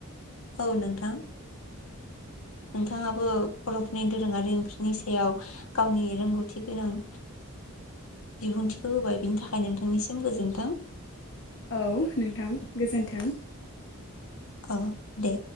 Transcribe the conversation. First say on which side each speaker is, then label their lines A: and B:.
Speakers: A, on the left; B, on the left.
A: औ नोंथां नोंथाङाबो बर'फोरनि दोरोङारि ओंख्रिनि सायाव गावनि रोंगौथि गोनां बिबुंथिखौ होबाय बिनि थाखाय नोंथांनिसिम गोजोन्थों
B: औ नोंथां गोजोन्थों
A: अ दे